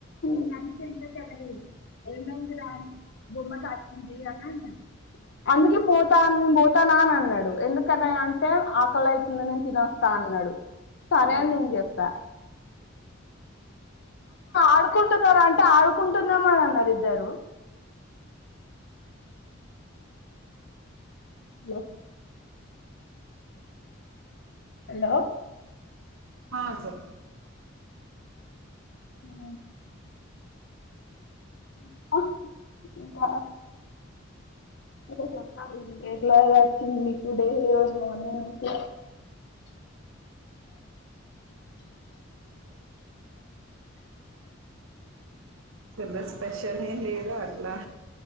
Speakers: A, on the left (about 60°); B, on the right (about 80°).
A: అంతే తెలగైంది ఏమైంది రా అంటే బొమ్మ తాకి ంది అని అన్నాడు. అందుకే పోతా నేన్ పోతానా అని అన్నాడు. ఎందుకు కన్నయ్య అంటే ఆకలి అయితుంది. నేను తినొత్తా అన్నాడు. సరే అని నేను చె రా ఆడుకుంటున్నారా అంటే ఆడుకుంటున్నం అనన్నారు ఇద్దరు. హలో హలో
B: ఆ సెప్
A: మ్మ్ ఇద నువ్వే చెప్పాలి ఇంక ఎట్లా వచ్చింది మీకు డే ఈ రోజు మార్నింగ్ నుంచి
B: సండే స్పెషల్ ఏం లేదా